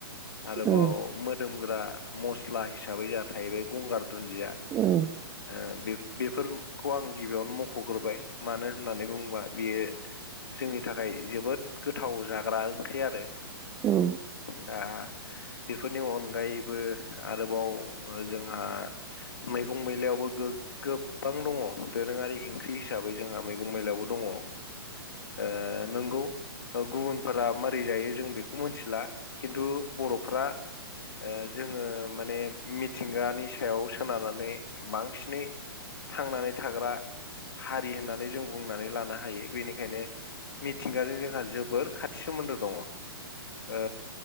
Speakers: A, on the left; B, on the right.
A: आरोबाव
B: औ
A: मोदोमग्रा मस्ला हिसाबै जोंहा थाहैबाय गंगार दुन्दिया।
B: ओम
A: ओ‌ बे‌ बेफोरखौ आं गिबियावनो मख' ग्रोबाय मानो होननानै बुङोबा बियो जोंनि थाखाय जोबोद गोथाव जाग्रा ओंख्रि आरो ‌।
B: औ
A: दा बेफोरनि अनगायैबो आरोबाव जोंहा मैगं मैलायावबो गोबां दङ दोरोङारि ओं ख्रि हिसाबै जोंहा मैगं मैलायावबो दङ ओ नंगौ गुबुनफोरा मारै जायो जों बेखौ मोनथिला खिन्थु बर'फ्रा ओ जोङो माने मिथिंगानि सायाव सोनारनानै बांसिनै थांनानै थाग्रा हारि होननानै जों बुंनानै लानो हायो बेनिखायनो मिथिंगाजों जोंहा जोबोर खाथि सोमोन्दो दङ ओ